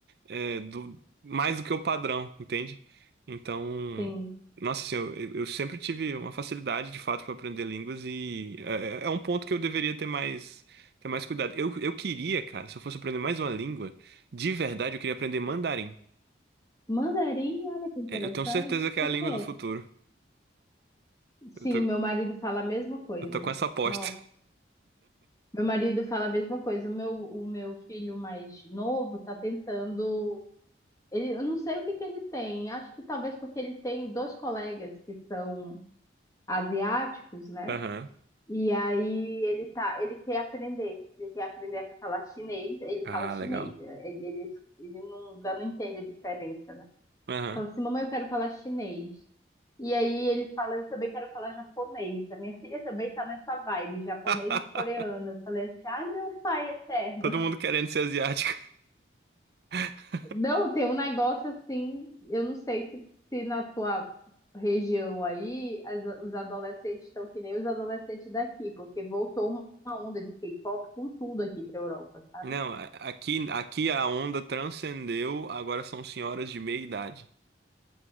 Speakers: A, on the right; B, on the left.
A: é, do, mais do que o padrão, entende? Então,
B: Sim.
A: nossa, assim, eu, eu sempre tive uma facilidade de fato para aprender línguas e é, é é um ponto que eu deveria ter mais, ter mais cuidado. Eu, eu queria, cara, se eu fosse aprender mais uma língua, de verdade, eu queria aprender mandarim.
B: Mandarim, olha que interessante.
A: É, eu tenho certeza que
B: Por
A: é a língua
B: quê?
A: do futuro.
B: Sim,
A: Eu tô,
B: meu marido fala a mesma coisa.
A: eu tô com essa aposta.
B: Nossa, meu marido fala a mesma coisa. O meu, o meu filho mais novo tá tentando. Ele, eu não sei o que que ele tem. Acho que talvez porque ele tem dois colegas que são asiáticos, né?
A: <laughs> Aham.
B: E aí ele tá, ele quer aprender, ele quer aprender a falar chinês, ele
A: Ah,
B: fala chinês,
A: legal.
B: né? ele, ele, ele não, dá- não entende a diferença, né?
A: Aham.
B: Fala assim, mamãe, eu quero falar chinês. E aí ele fala, eu também quero falar japonês. A minha filha também tá nessa vibe, japonês
A: <laughs>
B: e coreano. Eu falei assim, ai meu pai eterno.
A: Todo mundo querendo ser asiático. <laughs>
B: Não, tem um negócio assim, eu não sei se, se na tua região aí as- os adolescentes estão que nem os adolescentes daqui, porque voltou uma onda de K-pop com tudo aqui pra Europa, sabe?
A: Não, a- aqui, aqui a onda transcendeu, agora são senhoras de meia idade.